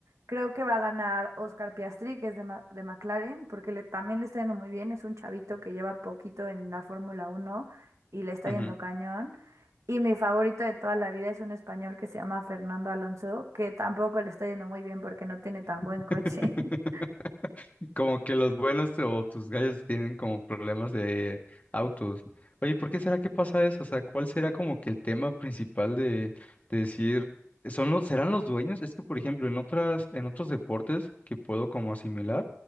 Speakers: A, on the right; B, on the left.
A: Creo que va a ganar Oscar Piastri, que es de, Ma- de McLaren, porque le, también le está yendo muy bien. Es un chavito que lleva poquito en la Fórmula Uno y le está
B: ujú.
A: yendo cañón. Y mi favorito de toda la vida es un español que se llama Fernando Alonso, que tampoco le está yendo muy bien porque no tiene tan buen
B: <laughs>
A: coche. <laughs>
B: Como que los buenos o tus gallos tienen como problemas de autos. Oye, ¿por qué será que pasa eso? O sea, ¿cuál será como que el tema principal de, de decir, son los, serán los dueños? Es que, por ejemplo, en otras, en otros deportes que puedo como asimilar,